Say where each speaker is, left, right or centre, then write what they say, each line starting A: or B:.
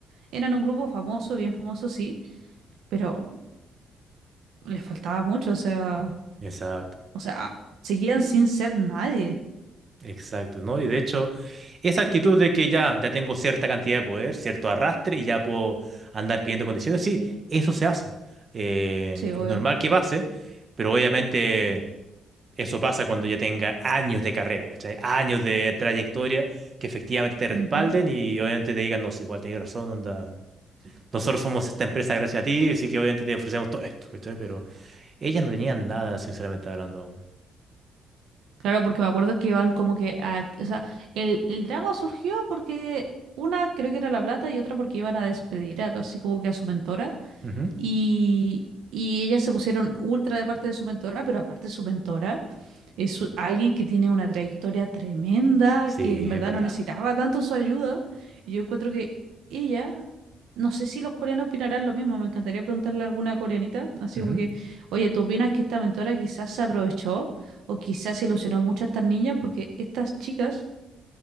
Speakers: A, on the right (about 80°); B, on the right (about 40°).
A: eran un grupo famoso, bien famoso, sí, pero les faltaba mucho, o sea,
B: Exacto.
A: o sea, seguían sin ser nadie.
B: Exacto, ¿no? Y de hecho, esa actitud de que ya, ya tengo cierta cantidad de poder, cierto arrastre y ya puedo andar pidiendo condiciones, sí, eso se hace. Eh,
A: Sí,
B: es
A: obvio.
B: normal que pase, pero obviamente. Eso pasa cuando ya tenga años de carrera, ¿cachai? Años de trayectoria que efectivamente te respalden
A: Ujú.
B: y obviamente te digan, no, sí, igual tenés razón, onda. Nosotros somos esta empresa gracias a ti, así que obviamente te ofrecemos todo esto, ¿cachai? Pero ellas no tenían nada, sinceramente hablando.
A: Claro, porque me acuerdo que van como que a, o sea, el, el drama surgió porque una creo que era La Plata y otra porque iban a despedir a, así como que a su mentora.
B: Ujú.
A: y, y ellas se pusieron ultra de parte de su mentora, pero aparte su mentora es su- alguien que tiene una trayectoria tremenda,
B: Sí,
A: que en verdad
B: es verdad.
A: no necesitaba tanto su ayuda. Y yo encuentro que ella, no sé si los coreanos opinarán lo mismo, me encantaría preguntarle a alguna coreanita, así
B: Ujú,
A: como que, oye, ¿tú opinas que esta mentora quizás se aprovechó o quizás se ilusionó mucho a estas niñas? Porque estas chicas